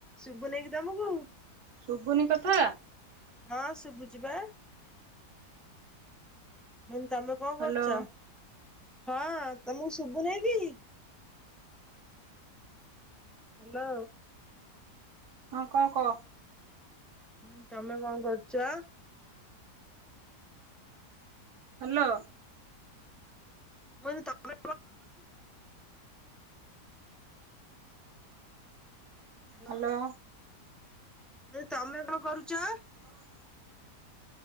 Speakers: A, in the centre; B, on the right.
A: ଶୁଭୁ ନେଇକି ତମକୁ।
B: ଶୁବୁନି କଥା।
A: ହଁ ଶୁବୁଚି ପା। ମୁଁ ତମେ କଣ
B: ହ୍ୟାଲୋ
A: କରୁଚ ହଁ ତମକୁ ଶୁବୁନେଇକି। ହାଲୋ।
B: ହଁ କଂ କ।
A: ହୁଁ ତମେ କଣ କରୁଚ।
B: ହାଲୋ।
A: ମୁଁ କନି ତମେ। Hello
B: hello.
A: ମୁଁ କନି ତମେ କଣ କରୁଚ।
B: ହଉଁ